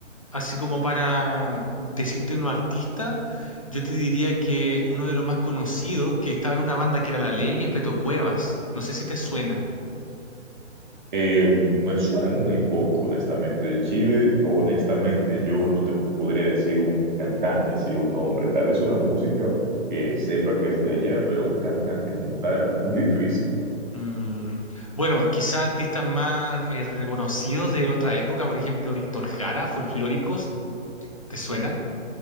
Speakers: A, on the left (about 30°); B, on the right (about 40°).
A: así como para decirte unos artista, yo te diría que uno de los más conocidos que estaba en una banda que era La Ley es Beto Cuevas. No sé si te suena.
B: Eh, me suena muy poco, honestamente, de Chile. Honestamente, yo no te po- podría decir un cantante así, un nombre. Tal vez una música que sepa que es de allá, pero un cantante como tal, muy difícil.
A: Mm, Bueno, quizá artistas más eh, reconocidos de otra época, por ejemplo, Víctor Jara, folclóricos, ¿te suenan?